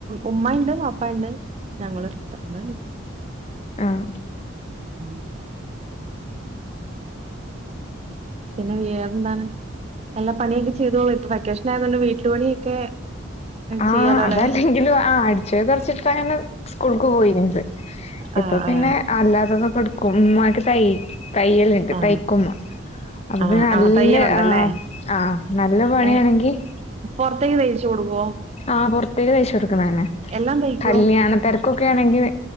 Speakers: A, on the right (about 30°); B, on the left (about 30°).
A: ഉമ്മ ഇണ്ട് വാപ്പ ഇണ്ട് ഞങ്ങളും <unintelligible>
B: ആഹ്
A: ഉം പിന്നെ വേറെ എന്താണ് എല്ലാ പണിയൊക്കെ ചെയ്തോളൂ ഇപ്പൊ വെക്കേഷൻ ആയതൊണ്ട് വീട്ടില് പണിയൊക്കെ
B: ആ
A: ചെയ്യാലോ
B: അതല്ലങ്കിലും
A: അല്ലേ
B: ആ അടിച്ചതും തൊടച്ചിട്ടാ ഞാൻ സ്കൂളക്ക് പോയിനത്
A: ആ
B: ഇപ്പൊ പിന്നെ
A: ആ
B: അല്ലാതത് യൊക്കെ എടുക്കും ഉമ്മാക്ക് തൈ- തയ്യലുണ്ട്
A: ആ
B: തൈക്കും ഉമ്മ അപ്പൊ
A: ആ
B: പിന്നെ നല്ല
A: ആ തയ്യലുണ്ടല്ലേ
B: ആ ആ നല്ല പണിയാണെങ്കിൽ-
A: ഏ പൊറത്തേക്ക് തൈച്ചു കൊടുക്കുവോ
B: ആ പൊറത്തേക്ക് തയ്ച്ച കൊടുക്കണതന്നെ
A: എല്ലാം തയ്ക്കോ
B: കല്യാണ തിരക്കൊക്ക ആണെങ്കിൽ-